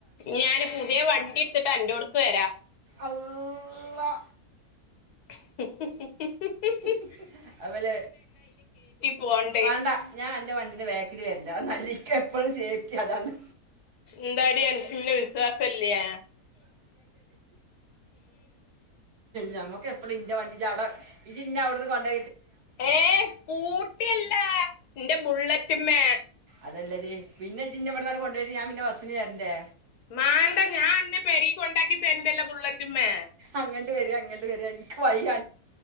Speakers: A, on the left; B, on the right.
A: ഞാന് പുതിയ വണ്ടി എടുത്തിട്ട് അന്റോഡ്ക്ക് വരാ
B: അള്ളാ..
A: ഹ്ഹ ഹ്
B: <inaudible> അവല
A: പോണ്ട്
B: വേണ്ട ഞാൻ എന്റെ വണ്ടീന്റെ ബേങ്കിൽ വരണ്ട് അല്ലിക്ക എപ്പോഴും സേഫ്റ്റി അതാണ്
A: എന്താടി അനക് ഇന്നേ വിശ്വാസല്യേ
B: ഞമ്മക്ക് എപ്പഴും ഇന്റെ വണ്ടി അവിടെ ഇയ്യ് ഇന്നേ അവിടുന്ന് കൊണ്ട
A: ഏഹ് സ്കൂട്ടി അല്ല ഇന്റെ ബുള്ളെറ്റ്മ്മേ
B: അതല്ലടി പിന്നെ ഇജ് ഇന്നേ ഇവിടന്നെ കൊണ്ട് പോയിട്ട് ഞാൻ പിന്നെ ബസ്സിന് വരണ്ടേ
A: മാണ്ട ഞാൻ അന്നെ പെരേക്ക് കൊണ്ടാക്കി തരണ്ടല്ലോ ബുള്ളറ്റ്മ്മേ
B: അങ്ങട്ട് വരി അങ്ങട്ട് വരി എനിക്ക് വയ്യ